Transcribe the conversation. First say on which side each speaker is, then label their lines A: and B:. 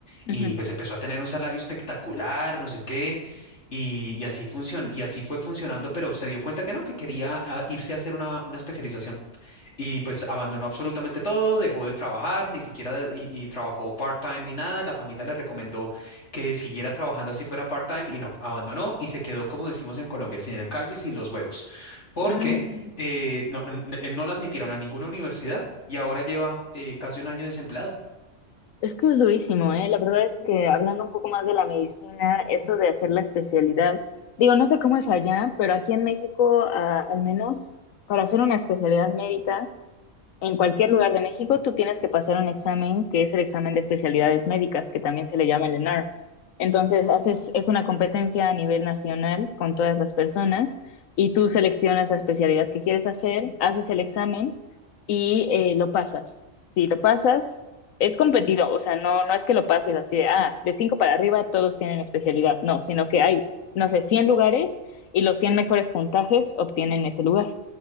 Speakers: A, on the left (about 60°); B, on the left (about 85°).
A: y
B: ujú.
A: pues empezó a tener un salario espectacular, no sé qué, y, y así funcionó, y así fue funcionando, pero se dio cuenta que no, que quería ah, irse a hacer una, una especialización y pues abandonó absolutamente todo, dejó de trabajar, ni siquiera de- y, y trabajó part-time ni nada, la familia le recomendó que siguiera trabajando así fuera part-time y no, abandonó y se quedó, como decimos en Colombia, sin el caldo y sin los huevos, porque
B: Mm,
A: eh, no, n- n- no la admitieron a ninguna universidad y ahora lleva eh, casi un año desempleado.
B: Es que es durísimo, ¿eh? La verdad es que hablando un poco más de la medicina, esto de hacer la especialidad, digo, no sé cómo es allá, pero aquí en México, ah, al menos para hacer una especialidad médica, en cualquier lugar de México tú tienes que pasar un examen que es el examen de especialidades médicas, que también se le llama el ENAR. Entonces, haces, es una competencia a nivel nacional con todas las personas y tú seleccionas la especialidad que quieres hacer, haces el examen y eh, lo pasas. Si lo pasas, es competido, o sea, no, no es que lo pases así de, ah, de 5 para arriba todos tienen especialidad, no, sino que hay, no sé, 100 lugares y los 100 mejores puntajes obtienen ese lugar.